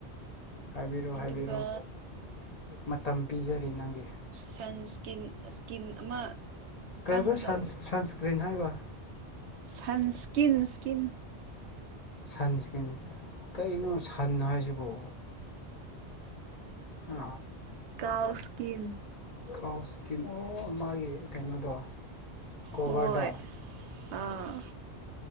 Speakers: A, on the left (about 50°); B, on the right (about 85°).
A: ꯍꯥꯏꯕꯤꯔꯣ ꯍꯥꯏꯕꯤꯔꯣ
B: ꯑꯗꯨꯒ
A: ꯃꯇꯝ ꯄꯤꯖꯔꯤ ꯅꯪꯒꯤ
B: ꯁꯀꯤꯟ ꯁꯀꯤꯟ ꯑꯃ
A: ꯀꯕ
B: ꯀꯪꯕꯗꯣ
A: ꯁꯟ ꯁꯟꯁꯀ꯭ꯔꯤꯟ ꯍꯥꯏꯕ
B: ꯁꯟꯁꯀꯤꯟ ꯏꯁꯀꯤꯟ
A: ꯁꯟ ꯏꯁꯀ꯭ꯔꯤꯟ ꯀꯩꯅꯣ ꯁꯟ ꯍꯥꯏꯁꯤꯕꯨ ꯑ
B: ꯀꯥꯎꯁꯀꯤꯤꯟ
A: ꯀꯥꯎ ꯏꯁꯀꯤꯟ ꯑꯣ ꯃꯥꯒꯤ ꯀꯩꯅꯣꯗꯣ ꯀꯣꯚꯔꯗꯣ
B: ꯍꯣꯏ ꯑꯥ